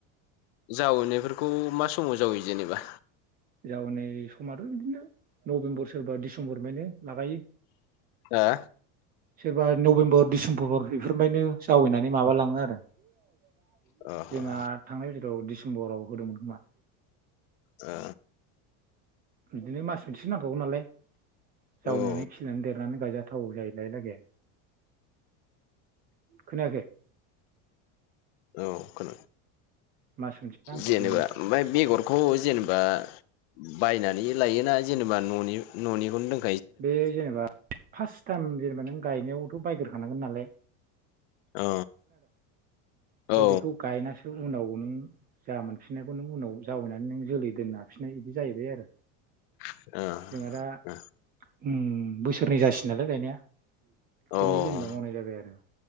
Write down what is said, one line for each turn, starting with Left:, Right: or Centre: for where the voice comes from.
Left: जावैनायफोरखौ मा समाव जावैयो जेनेबा?
Right: जावैनाय समाथ' इदिनो नबेम्बर सोरबा डिसेम्बरमायनि लागायो
Left: हा
Right: सोरबा नबेम्बर डिसेम्बर बेफोरनिफायनो जावैनानै माबालाङो आरो <inaudible>
Left: अ ह
Right: जोंहा थांनाय बोसोराव डिसेम्बराव होदोंमोन खोमा
Left: अ
Right: बिदिनो मास मोनसे नांखागौ नालाय जावैनानै
Left: ओ
Right: खिलिनानै देरनानै गायजानो थाव जायलायलागे खोनायाखै
Left: औ खोनादों
Right: मास मोनसे नांखागौ
Left: जेनेबा
Right: माने
Left: ओमफाय बेगरखौ जेनेबा बायनानै लायोना जेनेबा न'नि-न'निखौनो दों
Right: बे जेनेबा फार्स्ट टाइम जेनेबा नों गायनायावथ' बायगोरखानांगोन नालाय
Left: अ
Right: ओमफाय
Left: औ
Right: बेखौ गायनासो उनाव नों जा मोनफिननायखौ नों उनाव जावैनानै नों जोलै दोननो हाफिननाय इदि जाहैबाय आरो
Left: खोनादों
Right: जोंहा दा
Left: ओ
Right: उम बोसोरनै जासि नालाय गायनाया खेबनै
Left: ओ
Right: जेनेबा
Left: अ
Right: मावनाय जाबाय आरो